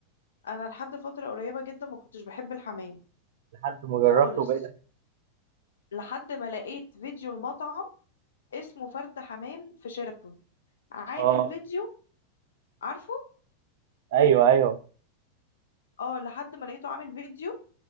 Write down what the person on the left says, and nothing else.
انا لحد فترة قريبة جدا ما كنتش بحب الحمام
خالص
لحد ما لقيت فيديو المطعم اسمه فرد حمام في شيراتون عامل
فيديو عارفه
اه لحد ما لقيته عامل فيديو